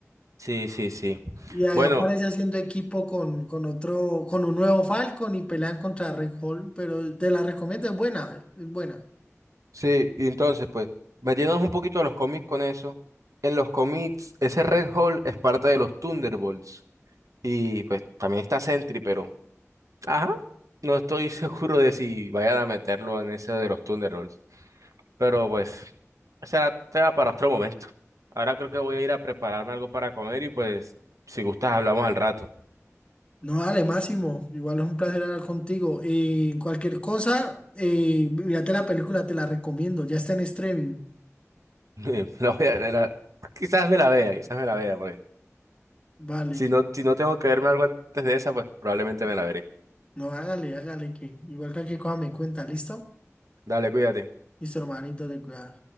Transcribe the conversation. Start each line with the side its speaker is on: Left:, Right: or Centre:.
Right: Sí, sí, sí.
Left: Y ahí
Right: Bueno,
Left: aparece haciendo equipo con, con otro, con un nuevo Falcon y pelean contra Red Hall, pero te la recomiendo, es buena, es buena.
Right: sí, y entonces, pues, metiéndonos un poquito a los cómics con eso. En los cómics, ese Red Hulk es parte de los Thunderbolts. Y pues también está Sentry, pero ajá, no estoy <laughs> seguro de si vayan a meterlo en ese de los Thunderbolts. Pero pues, será tema para otro momento. Ahora creo que voy a ir a prepararme algo para comer y pues, si gustas, hablamos al rato.
Left: No, dale, Máximo, igual es un placer hablar contigo. Y cualquier cosa, eh, mírate la película, te la recomiendo, ya está en streaming.
Right: <laughs> La voy a, la- quizás me la vea, quizás me la vea, porque
Left: Vale,
Right: si no, si no tengo que verme algo antes de esa, pues probablemente me la veré.
Left: no, hágale, hágale, que igual cualquier cosa me cuenta, ¿listo?
Right: Dale, cuídate.
Left: Listo, hermanito, de cuidar.